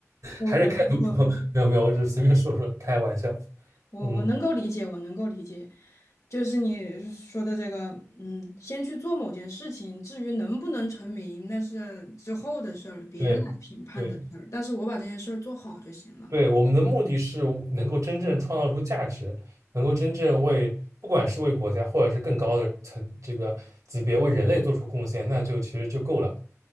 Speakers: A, on the left; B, on the right.
A: <laughs> 我我我。
B: 还是开族谱？<laughs> 没有没有，我只是随便说说，开玩笑。
A: 我我能够理解，
B: 嗯，
A: 我能够理解，就是你说的这个，嗯，先去做某件事情，至于能不能成名，那是之后的事儿，别人来评判的事儿。
B: 对对。
A: 但是我把这件事儿做好就行了。
B: 对，我们的目的是能够真正创造出价值，能够真正为，不管是为国家，或者是更高的层这个级别为人类做出贡献，那就其实就够了。